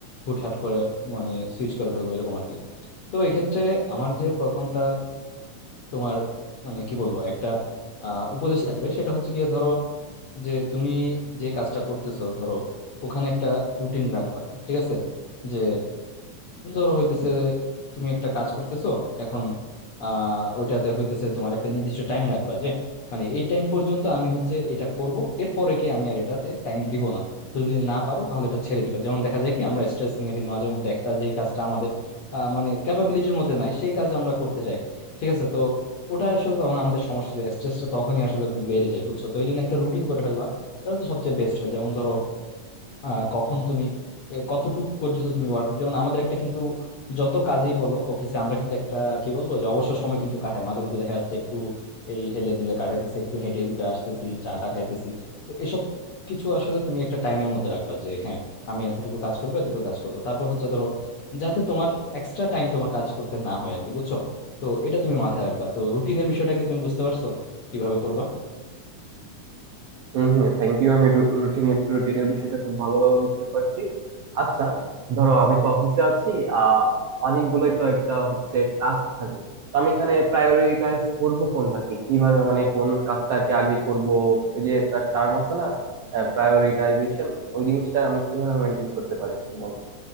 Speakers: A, on the left (about 65°); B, on the right (about 75°).
A: হুটহাট করে মানে সুইচ করে ফেলবো এরকম আর কি তো এক্ষেত্রে আমার যে প্রথমটা তোমার মানে কি বলবো একটা আহ উপদেশ থাকবে সেটা হচ্ছে গিয়ে ধরো যে তুমি যে কাজটা করতেছো ধরো ওখানে একটা রুটিন রাখবা ঠিক আছে যে ধরো হইতেছে তুমি একটা কাজ করতেছো এখন আহ ওইটাতে হইতেছে তোমার একটা নির্দিষ্ট টাইম রাখবা যে মানে এই টাইম পর্যন্ত আমি হচ্ছে এটা করব এরপরে গিয়ে আমি আর এটাতে টাইম দিব না তুমি যদি না পারো তাহলে এটা ছেড়ে দিবা যেমন দেখা যায় কি আমরা স্ট্রেস নিয়ে ফেলি মাঝে মধ্যে একটা যে কাজটা আমাদের আহ, মানে ক্যাপাবিলিটির মধ্যে নাই সেই কাজ আমরা করতে চাই ঠিক আছে তো ওটা আসলে তখন আমাদের সমস্যা স্ট্রেসটা তখনই আসলে বেড়ে যায় বুঝছো তো এই জন্য একটা রুটিন করে ফেলবা এটা তো সবচেয়ে বেস্ট হয় যেমন ধরো আহ, কখন তুমি এ, কতটুক পর্যন্ত তুমি ওয়ার্ক যেমন আমাদের একটা কিন্তু যত কাজই বলো অফিসে আমরা কিন্তু একটা কি বলবো যে অবসর সময় কিন্তু কাটাই মাঝে মধ্যে দেখা যাচ্ছে একটু এই হেলে দুলে কাটাইতেছি একটু হেঁটে গুটে আসতেছি চাটা খাইতেছি তো এসব কিছু আসলে তুমি একটা টাইমের মধ্যে রাখবা যে হ্যাঁ আমি এতটুকু কাজ করবো এতটুকু কাজ করবো তারপর হচ্ছে ধরো যাতে তোমার এক্সট্রা টাইম তোমার কাজ করতে না হয় আর কি বুঝছো তো এটা তুমি মাথায় রাখবা তো রুটিনের বিষয়টাকে তুমি বুঝতে পারছো কিভাবে করবা
B: হম হম থ্যাংক ইউ আমি রুটিনের রুটিনের বিষয়টা খুব ভালোভাবে বুঝতে পারছি আচ্ছা ধরো আমি তো অফিসে আছি আহ অনেকগুলোই তো একটা অফিসে টাস্ক থাকে তো আমি এখানে প্রায়োরিটাইজ করব কোনটাকে কিভাবে মানে কোন কাজটাকে আগে করব ওই যে একটা টার্ম আছে না প্রায়োরিটাইজেশন ওই জিনিসটা আমি কিভাবে মেনটেন করতে পারি একটু বলো